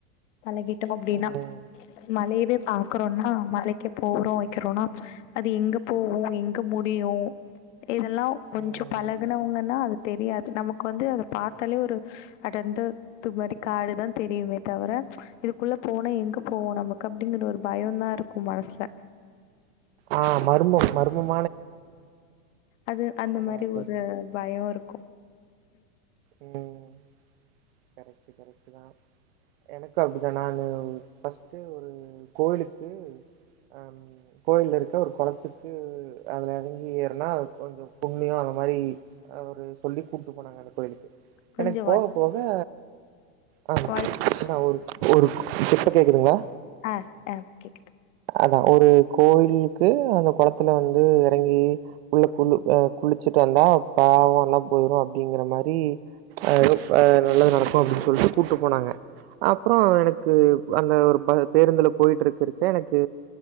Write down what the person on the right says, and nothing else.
ம்
ம்
ஆ மருமே மருமம்
அதா
வார்த்த
சொன்னே.
ம் கரெக்ட் கரெக்ட தா எனக்கு அப்படிதா நானு ஃபர்ஸ்ட்டு ஒரு கோயிலுக்கு அஹ் கோயில்ல இருக்க ஒரு குளத்துக்கு ம் ம் அதில எறங்கி ஏற்னா கொஞ்சம் புண்ணியம் அந்த மாரி ஒரு சொல்லி கூட்டு போனாங்க எடத்துக் கோயிலுக்கு
எனக்கு
போக போ த ஆ
என்ன ஊரு ஊருக்கு இப்ப கேக்குதுங்களா
அதா ஒரு கோயிலுக்கு அந்த குளத்துல வந்து இறங்கி உள்ளு குள்ளு ய குளிச்சுட்டு வந்தா பாவம்ல்லாம் போயிரு அப்டிங்கிற மாரி அ ஆ நல்லது நடக்கும் அப்டின்னு சொல்லிட்டு கூப்டு போனாங்க அப்பறம் எனக்கு அந்த ஒரு ப பேருந்துல போயிட்டு இருக் இருக்க எனக்கு